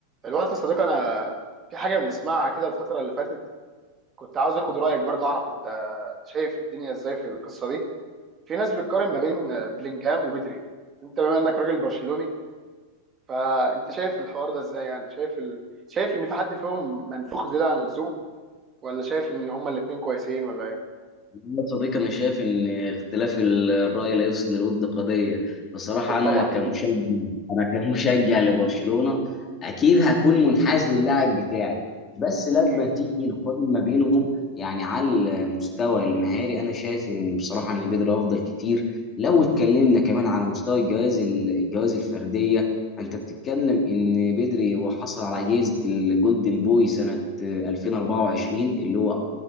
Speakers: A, on the right (about 25°); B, on the left (about 25°).
A: الوقت يا صديقي انا في حاجه بنسمعها كده الفتره اللي فاتت كنت عاوز اخد رايك برضه اعرف انت شايف الدنيا ازاي في القصه دي في ناس بتقارن ما بين بلينجهام وبدري انت بما انك راجل برشلوني فانت شايف الحوار ده ازاي يعني شايف ال... شايف ان في حد فيهم منفوخ زياده عن اللزوم ولا شايف ان هما الاثنين كويسين ولا ايه
B: والله يا صديقي أنا شايف إن اختلاف ال- الرأي لا يفسد الود قضية بصراحة
A: أكيد
B: أنا
A: طبعا
B: كمشجع أنا كمشجع لبرشلونة أكيد هكون منحاز للاعب بتاعي بس لما
A: اكيد
B: تيجي نقارن ما بينهم يعني على المستوى المهاري أنا شايف إن بصراحة إن بيدري أفضل كتير لو اتكلمنا كمان على مستوى الجوائز ال- الجوائز الفردية أنت بتتكلم إن بيدري وحصل على جائزة الجولدن بوي سنة 2024 اللي هو